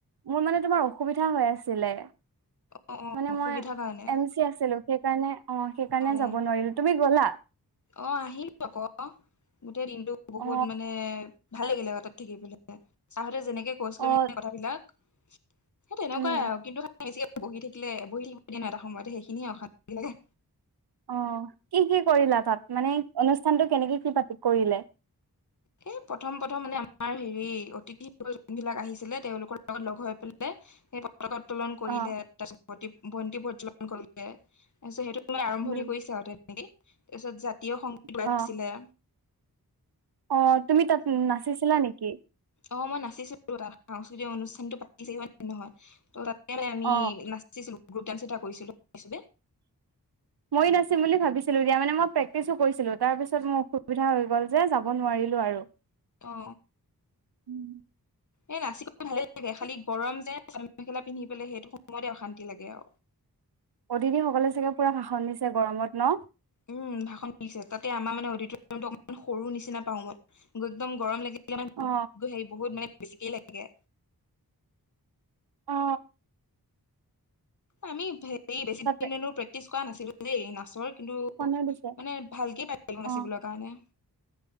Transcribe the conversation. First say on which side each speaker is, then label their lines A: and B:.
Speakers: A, on the right; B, on the left.
A: মোৰ মানে তোমাৰ অসুবিধা হৈ আছিলে।
B: অ অ
A: মানে
B: অসুবিধাৰ
A: মই
B: কাৰণে
A: এম চি আছিলো সেই। সেইকাৰণে অ সেইকাৰণে
B: অ
A: যাব নোৱাৰিলো তুমি গ'লা।
B: অ আহিল আকৌ গোটেই দিনতটো বহুত
A: অ
B: মানে। ভাল লাগিলে তাত থাকিবলৈ চাহঁতে যেনেকে কৈছিলে
A: অ
B: মানে কথাবিলাক। সেই তেনেকুৱাই
A: উম
B: আৰু কিন্তু। বেছিকে বহি থাকিলে বহি থাকিব দিয়ে ন এটা সময়তে সেইখিনিয়ে অশান্ত লাগিলে্
A: অ কি কি কৰিলা তাত মানে অনুষ্ঠানটো কেনেকে কি পাতি কৰিলে।
B: স প্ৰথম প্ৰথম মানে আমাৰ হেৰি অতিথি যোনবিলাক আহিছিলে তেওঁলোকৰ লগত লগ হৈ পেলাই। উত্তোলন কৰিলে
A: অ
B: তাৰপিছত বন্তি প্ৰজ্বলন কৰিলে তাৰপিছ সেইটো। আৰম্ভণি
A: উম
B: কৰিছে আৰু তেনেকে তাৰপিছত জাতীয় সংগীত
A: অ
B: আছিলে।
A: অ তুমি তাত নাচিছিলা নেকি।
B: অ মই নাচিছো তাত সাংস্কৃতিক অনুষ্ঠানটো পাতি ন নহয় ত' তাত। আমি
A: অ
B: নাচিছিলো গ্ৰুপ ডান্স এটা কৰিছিলো চবে।
A: মই নাচিম বুলি ভাবিছিলো দিয়া মানে মই প্ৰেক্টিচো কৰিছিলো তাৰ পিছত মোৰ অসুবিধা হৈ গল যে যাব নোৱাৰি। নোৱাৰিলোঁ আৰু।
B: অ।
A: উম।
B: এই নাচিব ভালেই লাগে খালি গৰম যে চ মেখেলা পিন্ধি পেলাই সেইটো সময়তে অশান্তি লাগে আৰু।
A: অতিথি সকলে চাগে পুৰা ভাষণ দিছে গৰমত ন।
B: উম ভাষণ দিছে তাতে আমাৰ মানে অডিটৰিয়ামটো অমান সৰু নিচিনা পাও মই একদম গৰম লাগে।
A: অ
B: বহুত মানে বেছিকেই লাগে।
A: অ
B: আমি হে বেছি
A: তাতে
B: দো প্ৰেক্টিচ কৰা নাছিলো যে এই ন। মাছৰ কিন্তু
A: ভাষণে দিছে
B: মানে ভালকে পাইছিলো
A: অ
B: নাচিবলৈৰ কাৰণে।